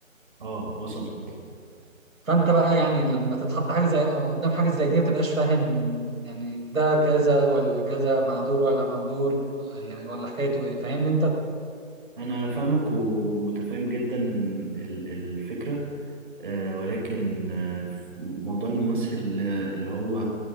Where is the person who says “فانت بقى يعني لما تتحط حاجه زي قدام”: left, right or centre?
Right